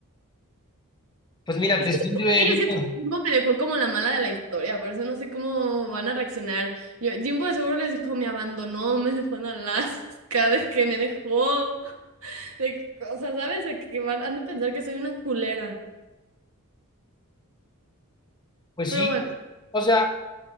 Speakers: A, on the left (about 20°); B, on the right (about 70°).
A: pues mira,
B: Es
A: te
B: que
A: sirve,
B: ¿sabes qué?
A: digo,
B: yo siento que Jimbo me dejó como la mala de la historia, por eso no sé cómo van a reaccionar. Yo, Jimbo de seguro les dijo, me abandonó, me dejó en Alaska, de que me dejó, de que- o sea, ¿sabes? De que van, han de pensar que soy una culera.
A: pues
B: Pero
A: sí,
B: bueno,
A: o sea...